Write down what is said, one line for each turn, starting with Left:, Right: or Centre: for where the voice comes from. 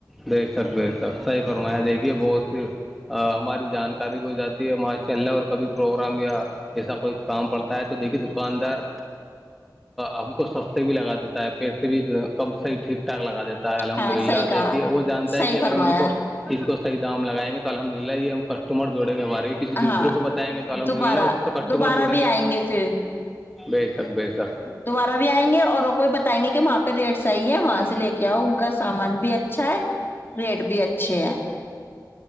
Centre: بے سک بے سک صحی فرمایا دیکھیے بہت سی <unintelligible> ہماری جانکاری بھی ہو جاتی ہے ماشاء اللہ اور کبھی پروگرام یا جسا کوئی کام پڑتا ہے تو دیکھیے دکاندار ہم کو سستے بھی لگا دیتا ہے پبھی کم صحیح ٹھیک ٹھاک لگا دیتا ہے الحمد
Left: ہاں
Centre: للہ
Left: صحیح کہا
Centre: دیکھیے وہ جانتا
Left: صحیح
Centre: ہے کہ اگر
Left: فرمایا
Centre: ہم ان کو کو صح دام لگائیں گے تو الحد للہ یہ ہم کسٹمر جوڑیں گے ہمارے کسی
Left: ہاں
Centre: دوسروں کو بتائیں گے تو الحمد
Left: دوبارہ
Centre: للہ اس کے تو کسٹمر
Left: دوبارہ
Centre: جڑیں
Left: بھی آئیں
Centre: گے
Left: پھر
Centre: بیشک بیشک
Left: دوبارہا بھی آیں گے اور وہ کو بھی بائیں گے کہ وہاں پہ ریٹس آئیے ہے وہاں سے لے کے آؤ کا سامان بھی اچھا ہے ریٹ بھی اچھے ہے